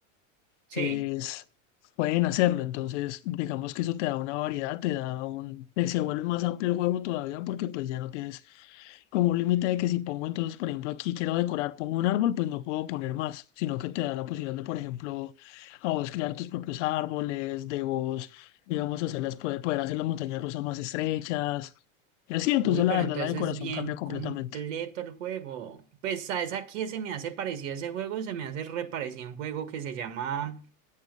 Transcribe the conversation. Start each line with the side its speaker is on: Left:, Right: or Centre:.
Right: Sí.
Left: es, pueden hacerlo. Entonces, digamos que eso te da una variedad, te da un, te- se vuelve más amplio el juego todavía porque pues ya no tienes como un límite de que si pongo entonces, por ejemplo, aquí quiero decorar, pongo un árbol, pues no puedo poner más, sino que te da la posibilidad de, por ejemplo, a vos crear tus propios árboles, de vos, digamos, hacerlas, poder, poder hacer las montañas rusas más estrechas. Y así, entonces
Right: Uy,
Left: la
Right: pero
Left: verdad
Right: entonces
Left: la decoración
Right: es bien
Left: cambia completamente.
Right: completo el juego. Pues, ¿sabes a qué se me hace parecido ese juego? Se me hace reparecido un juego que se llama.